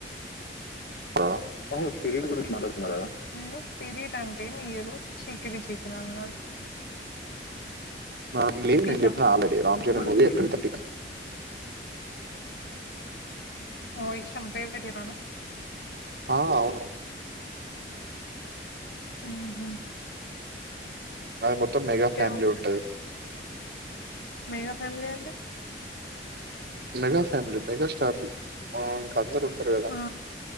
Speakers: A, on the right; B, on the left.
A: ఆ!
B: అవుశు స్పిరిట్ గురించి మాట్లాడుతున్నారా నేను స్పిరిట్ అంటే మీరు చికిరి చికిరి అన్నారు
A: ఆన్ లీ
B: పిసా
A: నేను చెప్పిన ఆల్రెడీ రామ్ చరణ్
B: మరి
A: మూవి ఏప్రిల్
B: ఏం
A: తెర్టీ
B: ఓ ఇష్టం ఫేవరెట్ హీరో నా
A: ఆ అవును
B: ఆహా
A: నాకు మొత్తం మెగా ఫ్యామిలీ
B: ఓకే.
A: ఉంటది
B: మెగా ఫ్యామిలీ అంటే
A: మెగా ఫ్యామిలీ మెగాస్టార్ లు పవక్ అందరూ ఉంటారు కదా
B: ఆ!